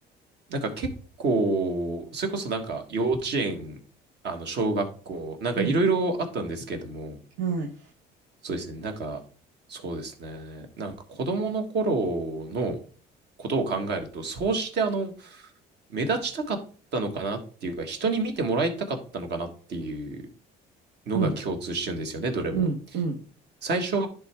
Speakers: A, on the right; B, on the right.
A: なんか結構、それこそなんか幼稚園、あの小学校、なんかいろいろあったんですけれども、
B: うん。はい。
A: そうですね、なんか、そうですね、なんか子供の頃のことを考えると、そうしてあの、目立ちたかったのかなっていうか、人に見てもらいたかったのかなっていうのが共通してるんですよね、
B: うん。
A: どれも。
B: うん。うん。
A: 最初、